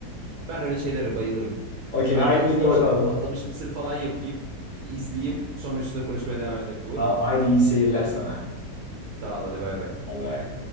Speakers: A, on the right; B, on the left.
A: Ben öyle şeylere bayılırım.
B: Okey
A: Hatta
B: haydi
A: gideyim
B: izle bakalım.
A: şimdi bir patlamış mısır falan yapayım. izleyeyim. Sonra üstüne konuşmaya devam ederiz olur
B: Tamam
A: mu?
B: haydi iyi seyirler sana.
A: Sağ ol hadi bay bay.
B: Bay bay.